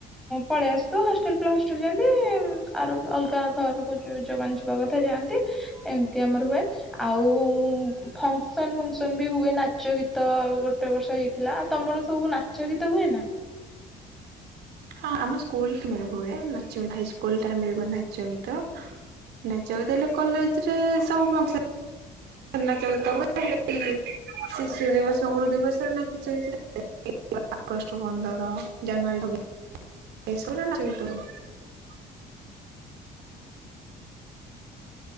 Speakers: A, in the centre; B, on the right.
A: ପଳେଇ ଆସୁ ହଷ୍ଟେଲ ପ୍ଲସଷ୍ଟ ଯେମତି ଆର ଅଲଗା ଘର ସ ଯୋଉମାନେ ଯିବା କଥା ଯାଆନ୍ତି। ଏମିତି ଆମର ହୁଏ ଆଉ ଫଙ୍କସନ ଫଙ୍କସନ ବି ହୁଏ। ନାଚ ଗୀତ ଗୋଟେ ବର୍ଷ ହେଇଥିଲାଉ ତମର ସବୁ ନାଚ ଗୀତ ହୁଏ ନା
B: ହଁ ଆମ ସ୍କୁଲ ହୁଏ ନାଚ ଗୀତସ୍କୁଲାଇମରେଟ ନାଚ ଗୀତ ନାଚ ଗୀତ ହେଲେ କଲେଜରେ ସବୁ ଫଙ୍କସନ <unintelligible>